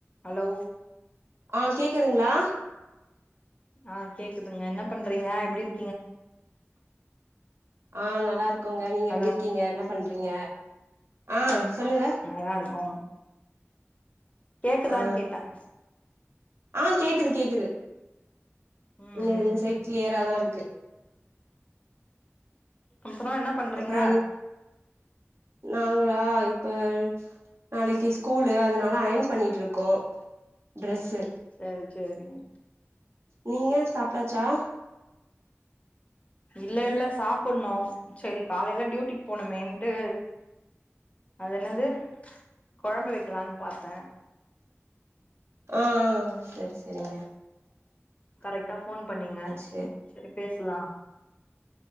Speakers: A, on the left; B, on the right.
A: ஹலோ
B: ஆ கேக்குதுங்களா
A: ஆ கேக்குதுங்க என்ன பண்றீங்க எப்டி இரு
B: ஆ நல்லா இருக்கோங்க நீங்க
A: ஹலோ
B: எப்டி இருக்கீங்க என்ன பண்றீங்க ஆ சொல்லுங்க
A: நல்லா இருக்கோம் கேக்குதான்னு
B: ஆ
A: கேட்டேன்
B: ஆ கேக்குது கேக்குது
A: ம்
B: நீங்க
A: ம்
B: இந்த
A: ம்
B: சைட் கிளியரா தான் இருக்கு
A: அப்றோம் என்ன பண்றீங்க
B: அப்றோ நாங்களா இப்போ நாளைக்கு ஸ்கூலு அதனால அயன் பண்ணிட்டு இருக்கோம் டிரஸ்ஸு
A: செரி செரிங்க
B: நீங்க சாப்டாச்சா
A: இல்ல இல்ல சாப்ட்ணு செரி காலையில டியூட்டிக்கு போணுமேன்ட்டு அது என்னது கொழம்பு வைக்கலானு பாத்தே
B: ஆ ஆ ஆ செரி செரிங்க
A: கரெக்டா ஃபோன் பண்ணிங்க
B: சரி
A: செரி பேசலா